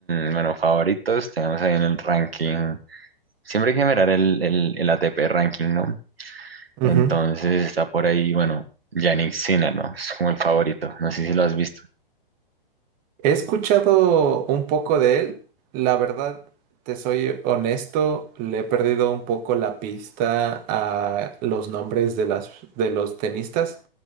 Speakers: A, on the right; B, on the right.
A: mm, bueno, favoritos, tenemos ahí en el ranking. Siempre hay que mirar el, el, el ATP ranking, ¿no?
B: Ujú.
A: Entonces está por ahí, bueno, Yannick Sinner, ¿no? Es como el favorito, no sé si lo has visto.
B: He escuchado un poco de él. La verdad, te soy honesto, le he perdido un poco la pista a los nombres de las de los tenistas,